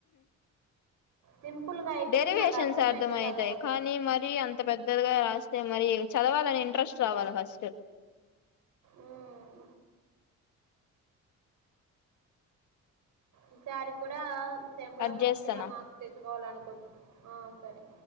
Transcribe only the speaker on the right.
సింపుల్ గా అయితేనే
నాకు అర్థం
అయితే చదవగలను
ఉమ్ ఈసారి కూడా సెమ్
లో మంచిగా
మార్క్స్ తెచ్చుకోవాల అనుకుంటు ఆ సరే